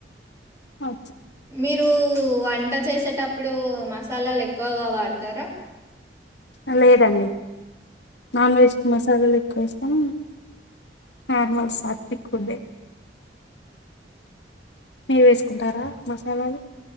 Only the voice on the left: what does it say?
ఆ
ఆ లేదండి. నాన్ వెజ్కి మసాలాలు ఎక్కువేస్తాం. నార్మల్ సాత్విక్ ఫుడే మీరు వేసుకుంటారా? మసాలాలు.